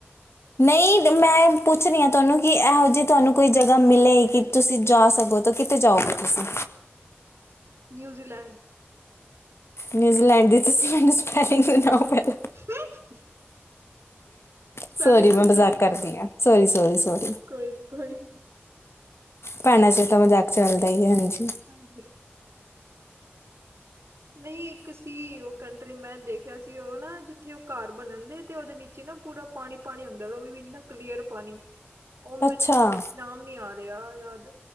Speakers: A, on the left (about 80°); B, on the right (about 80°).
A: ਨਹੀਂ ਮੈਂ ਪੁੱਛ ਰਹੀ ਹਾਂ ਤੁਹਾਨੂੰ ਕਿ ਇਹੋ ਜਿਹੀ ਤੁਹਾਨੂੰ ਕੋਈ ਜਗ੍ਹਾ ਮਿਲੇ ਕਿ ਤੁਸੀਂ ਜਾ ਸਕੋ ਕਿਤੇ ਜਾਓਗੇ ਤੁਸੀਂ
B: ਨਿਊਜ਼ੀਲੈਂਡ
A: ਨਿਊਜ਼ੀਲੈਂਡ ਦੀ ਤੁਸੀਂ ਮੈਨੂੰ ਸਪੈਲਿੰਗ ਸੁਣਾਓ ਪਹਿਲਾਂ
B: <unintelligible> ਸਪੈਨਿਸ਼
A: ਸੋਹਰੀ
B: ਸੁਣੀ
A: ਮੈਂ ਮਜਾਕ
B: ਤੁਸੀਂ
A: ਕਰਦੀ ਹਾਂ ਸੋਰੀ ਸੋਰੀ ਸੋਰੀ
B: ਕੋਈ ਨੀ ਕੋਈ ਨੀ
A: ਭੈਣਾਂ ਚਿਰ ਤਾਂ ਮਜਾਕ ਚੱਲਦਾ ਹਾਂਜੀ
B: ਹਾਂਜੀ ਨਹੀਂ ਇੱਕ ਸੀ ਉਹ ਕੰਟਰੀ ਮੈਂ ਦੇਖਿਆ ਸੀ ਉਹ ਨਾ ਜਿੱਥੇ ਉਹ ਘਰ ਬਣਨ ਦੇ ਤੇ ਉਹਦੇ ਉੱਚ ਨਾ ਪੂਰਾ ਪਾਣੀ ਪਾਣੀ ਹੁੰਦਾ ਉਹ ਵੀ ਇੰਨਾ ਕਲੀਅਰ ਪਾਣੀ ਉਹ
A: ਅੱਛਾ
B: ਮੈਨੂੰ ਨਾਮ ਨੀ ਆ ਰਿਹਾ ਯਾਦ